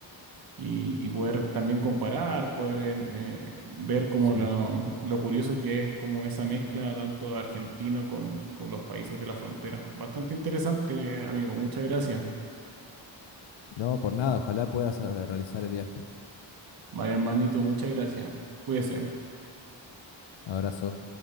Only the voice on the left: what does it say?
Sí.
No, por nada, ojalá puedas eh, realizar el viaje.
Abrazo.